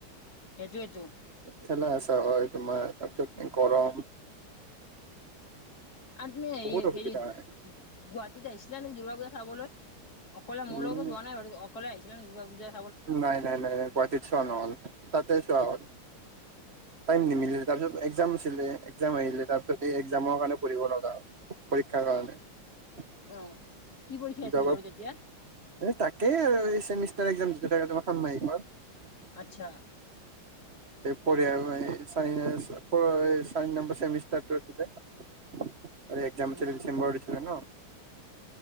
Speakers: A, on the left (about 45°); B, on the right (about 35°).
A: হযো এটোু।
B: থেলা-হেচা হয় তোমাৰ তাতো গৰম।
A: আৰ তুমি হেৰি
B: বহুত অসুবিধা
A: হেৰিত
B: হয়
A: গুৱাহাটীত আহিছিলা নে দুৰ্গা পূজাত। চাবলৈ অকলে মোৰ
B: উম
A: লগতো যোৱা নাই বাৰু অকলে আহছিলে দুৰ্গা পূজাত।
B: নাই, নাই, নাই, নাই। গুৱাহাটীত চোৱা নহ'ল। তাতে চোৱা হ'ল। টাইম নিমিলে তাৰপিছত একজাম আছিলে। একজাম আহিলে, তাৰপিছত এই একজামৰ কাৰণে পঢ়িব লগা হ'ল। পৰীক্ষাৰ কাৰণে। <unintelligible>
A: অ', কি পৰীক্ষা আছিল বাৰু তেতিয়া?
B: তাকে আৰু এই চেমিষ্ট <unintelligible>
A: আচ্ছা।
B: পঢ়িয়া <unintelligible> চাৰি নম্বৰ চেমিষ্টাৰটো আছিলে। আৰু একজাম
A: অ',
B: <unintelligible> ডিচেম্বৰত আছিলে ন?